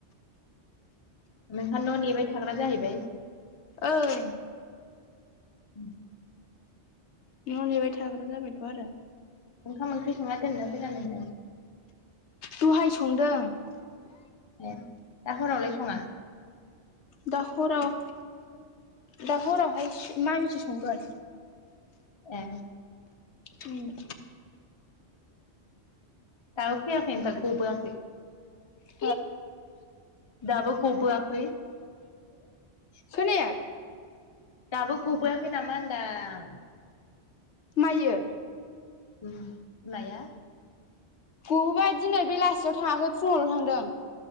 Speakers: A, on the left; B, on the left.
A: नोंहा न' नेबाय थाग्रा जाहैबाय?
B: ओं।
A: ओमफ्राय
B: न' नेबाय थाग्रा जाबायथ' आरो।
A: ओंखाम ओंख्रि संना दोनना दोना नोंलाय?
B: दहाय संदों।
A: ए दा हरावलाय सङा?
B: दा हराव दा हरावहाय मामिसे संगोन।
A: ए
B: उम
A: दाबो फैयाखै आमफाय गबोयाखै?
B: <inaudible>
A: दाबो गबोआखै
B: खोनाया?
A: दाबो गबोयाखै नामा होनदां?
B: माइयो?
A: उम बिमाया?
B: गबोबाय दिनै बेलासियाव थाङाखै फुङावल' थांदों।